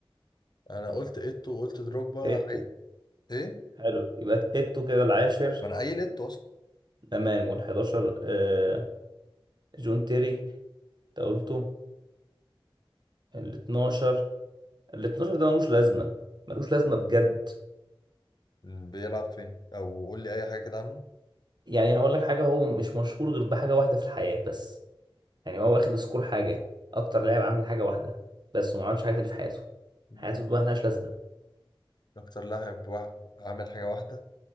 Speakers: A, on the left; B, on the right.
A: أنا قلت إيتو وقلت دروجبا
B: ايتو
A: عاي... إيه؟
B: حلو يبقى ايتو كده العاشر
A: ما أنا قايل إيتو أصلا
B: تمام وال11 آه جون تيري انت قلته ال12 ال12 ده ملوش لازمه ملوش لازمه بجد
A: بيلعب فين؟ أو قول لي أي حاجة كده عنه
B: يعني هقول لك حاجه هو مش مشهور غير بحاجه واحده في الحياه بس يعني هو واخد سكور حاجه اكتر لاعب عامل حاجه واحده بس وما عملش حاجه تاني في حياته
A: مم.
B: حياته بقى ملهاش لازمه
A: أكتر لاعب وا- عامل حاجة واحدة